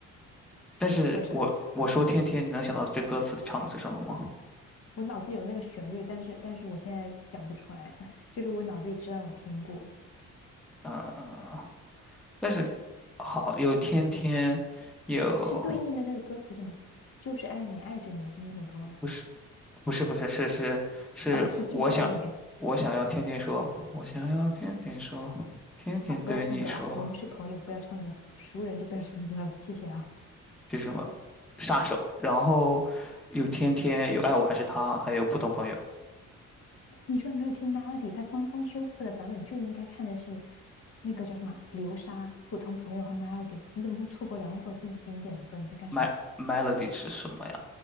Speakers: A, in the centre; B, on the left.
A: 但是我我说《天天》，
B: 还有啥？
A: 你能想到这歌词里唱的是什么吗？
B: 我脑子有那个旋律，但是但是我现在讲不出来，<laughs> 就是我脑子里知道我听过，
A: 嗯，嗯嗯但是好，有《天天》，有
B: 是对应的那个歌词是吗？就是爱你，爱着你是那首歌吗？
A: 不是不是不是是是是，
B: 哦，是就是爱你。
A: 我想我想要天天说，我想要天天说，天天对你说，
B: 啊，不要唱歌啊！我们是朋友，不要唱歌，熟人就不要唱歌了，谢谢啊！
A: 这是什么？杀手，然后有天天有爱我还是他，还有普通朋友。
B: 你居然没有听 Melody，它官方修复的版本就应该看的是那个叫什么流沙、普通朋友和 Melody，你怎么会错过两首这么经典的歌？你在干什么
A: My Melody 是什么呀？